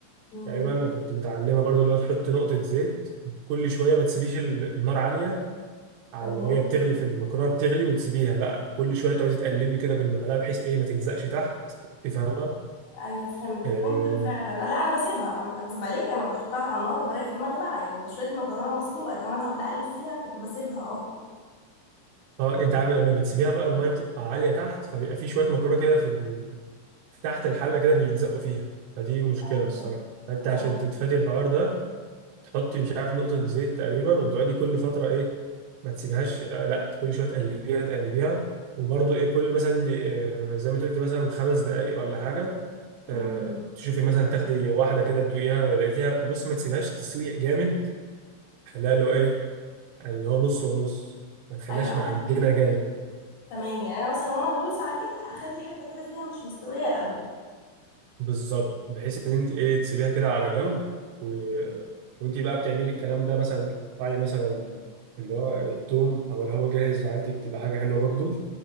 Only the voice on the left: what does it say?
امم
تمام
ايوه فهمتك
ممكن فعلا لا انا بسيبها اكذب عليك انا بحطها على النار وبريح دماغي بقى يعني ده شويه مكرونه مسلوقه كمان هقعد اقلب فيها كنت بسيبها اهو
ايوه
عشان
كده
امم
ايوه اخلي
تمام يعني انا مثلا وانا بدوس عليه اخلي حته كده فيها مش مستويه قوي